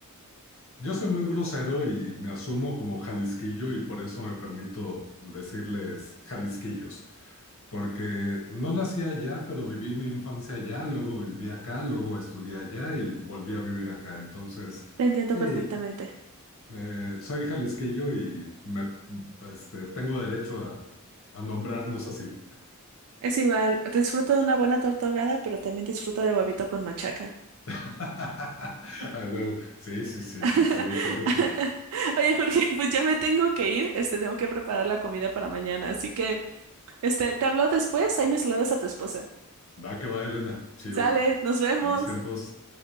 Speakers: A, on the left (about 60°); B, on the right (about 75°).
A: Yo soy muy grosero y me asumo como jalisquillo y por eso me permito decirles jalisquillos. porque no nací allá, pero viví mi infancia allá, luego viví acá, luego estudié allá y volví a vivir acá. Entonces,
B: Te entiendo
A: sí,
B: perfectamente.
A: eh, soy jalisquillo y me, este, tengo derecho a, a nombrarnos así.
B: Es igual, disfruto de una buena torta ahogada, pero también disfruto de huevito con machaca.
A: <laughs> A huevo. Sí, sí, sí,
B: <laughs>
A: sí, sí, qué rico.
B: Oye, Jorge, pues ya me tengo que ir, este, tengo que preparar la comida para mañana, así que Este, te hablo después, ahí me saludas a tu esposa.
A: Va que va, Elena. Chido.
B: Sale, nos vemos.
A: Buenos tiempos.